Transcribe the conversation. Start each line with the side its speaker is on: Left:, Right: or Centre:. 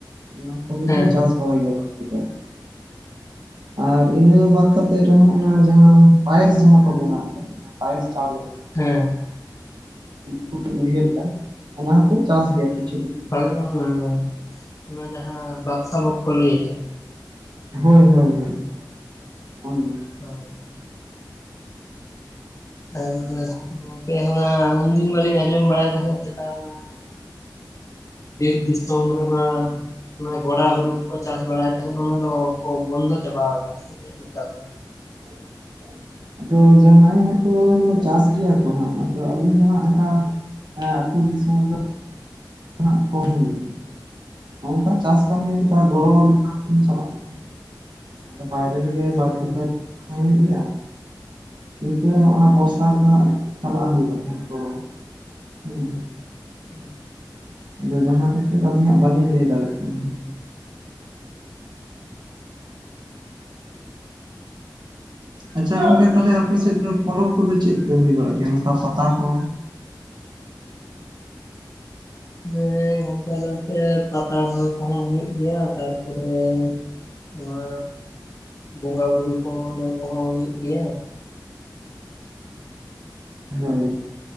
Right: ᱚᱱᱟ ᱠᱚᱜᱮ
Left: ᱦᱮᱸ
Right: ᱠᱚ ᱪᱟᱥ ᱵᱟᱲᱟᱭ ᱜᱮᱭᱟ ᱵᱟᱲᱛᱤ ᱠᱟᱭᱛᱮ ᱾ ᱟᱨ ᱤᱱᱟᱹ ᱵᱟᱫ ᱠᱟᱛᱮᱫ ᱨᱮᱦᱚᱸ ᱚᱱᱟ ᱡᱟᱦᱟᱸ ᱯᱟᱭᱮᱥ ᱡᱟᱦᱟᱸ ᱠᱚ ᱵᱮᱱᱟᱣ ᱮᱫᱟ ᱾ ᱯᱟᱭᱮᱥ ᱪᱟᱣᱞᱮ ᱾
Left: ᱦᱮᱸ ᱾
Right: ᱩᱱᱠᱩ ᱠᱚᱧ ᱩᱭᱦᱟᱹᱨ ᱮᱫᱟ ᱚᱱᱟ ᱦᱚᱸᱠᱚ ᱪᱟᱥ ᱜᱮᱭᱟ᱾ ᱠᱤᱪ
Left: ᱵᱟᱝ <unintelligible> ᱚᱱᱟ ᱡᱟᱦᱟᱸ ᱵᱟᱠᱥᱟ ᱵᱚᱠ ᱠᱚ ᱞᱟᱹᱭᱮᱫᱟ
Right: ᱦᱚᱭ ᱦᱚᱭ ᱦᱚᱭ ᱚᱱᱱᱟ ᱾
Left: ᱦᱚᱭ ᱦᱚᱭ ᱾ <unintelligible> ᱜᱚᱝᱠᱮ ᱚᱱᱟ ᱩᱱᱫᱤᱱ ᱢᱟᱞᱤᱧ ᱟᱸᱡᱚᱢ ᱵᱟᱲᱟᱮᱛ ᱛᱟᱦᱮᱫ ᱛᱟᱭᱢᱟ ᱵᱤᱨ ᱫᱤᱥᱚᱢ ᱨᱮᱢᱟ ᱢᱟᱱᱮ ᱜᱚᱰᱟ ᱦᱩᱲᱩ ᱠᱚ ᱪᱟᱥ ᱵᱟᱲᱟᱭ ᱛᱟᱦᱮᱸᱫ ᱚᱱᱟ ᱫᱚ ᱵᱚᱱᱫᱚ ᱪᱟᱵᱟ ᱟᱠᱟᱜᱼᱟ ᱥᱮᱪᱮᱫ ᱱᱮᱛᱟᱨ ᱫᱚ?
Right: <inaudible> ᱟᱫᱚ ᱡᱟᱦᱟᱸᱭ ᱦᱚᱲ ᱠᱚ ᱪᱟᱥ ᱜᱮᱭᱟ ᱠᱚ ᱦᱟᱸᱜ ᱟᱫᱚ ᱟᱹᱞᱤᱧ ᱫᱚ ᱦᱟᱸᱜ ᱚᱱᱠᱟ ᱮᱸ ᱟᱹᱛᱩ ᱫᱤᱥᱚᱢ ᱨᱮᱫᱚ ᱦᱟᱸᱜ ᱠᱚᱢ ᱜᱮ ᱚᱱᱠᱟ ᱪᱟᱥ ᱠᱟᱹᱢᱤ ᱚᱱᱠᱟ
Left: ᱦᱮᱸ
Right: ᱜᱚᱲᱚ ᱞᱮᱠᱷᱟᱱ ᱤᱧ ᱪᱟᱞᱟᱜ ᱜᱮᱭᱟ ᱟᱫᱚ ᱵᱟᱭᱨᱮ ᱨᱮᱜᱮ ᱵᱟᱹᱲᱛᱤ
Left: ᱦᱮᱸ
Right: ᱠᱟᱭᱛᱮ ᱛᱟᱸᱦᱮ ᱜᱮᱭᱟ ᱾ ᱱᱤᱝᱠᱟᱹ ᱦᱚᱸ ᱚᱱᱟ ᱵᱚᱨᱥᱟ ᱨᱮᱫᱚ ᱦᱟᱸᱜ ᱪᱟᱞᱟᱜ ᱦᱩᱭᱩᱜᱼᱟ ᱜᱚᱲᱚ ᱦᱮᱸ᱾
Left: ᱦᱮᱸ ᱾
Right: ᱟᱫᱚ ᱡᱟᱦᱟᱸ ᱠᱷᱟᱹᱛᱤᱨ ᱟᱹᱞᱤᱧ ᱦᱟᱸᱜ ᱵᱟᱹᱞᱤᱧ ᱞᱟᱹᱭ ᱫᱟᱲᱮᱭᱟᱜ ᱠᱟᱱᱟ ᱾ ᱟᱪᱪᱷᱟ ᱜᱚᱝᱠᱮ ᱛᱟᱦᱞᱮ ᱟᱯᱮ ᱥᱮᱫ ᱫᱚ ᱯᱚᱨᱚᱵᱽ ᱠᱚᱫᱚ ᱪᱮᱫ ᱠᱚ ᱦᱩᱭ ᱵᱟᱲᱟᱜ ᱜᱮᱭᱟ ᱱᱚᱝᱠᱟ ᱯᱟᱛᱟ ᱠᱚ? <inaudible>
Left: ᱦᱮᱸ ᱜᱚᱝᱠᱮ ᱟᱞᱮ ᱱᱚᱛᱮ ᱯᱟᱛᱟ ᱦᱚᱸ ᱠᱚᱦᱚᱸ ᱦᱩᱭᱩᱜ ᱜᱮᱭᱟ᱾ ᱛᱟᱨᱯᱚᱨᱮ ᱱᱚᱶᱟ ᱵᱚᱸᱜᱟ ᱵᱩᱨᱩ ᱠᱚ ᱠᱚᱦᱚᱸ ᱦᱩᱭᱩᱜ ᱜᱮᱭᱟ ᱾
Right: ᱦᱚᱭ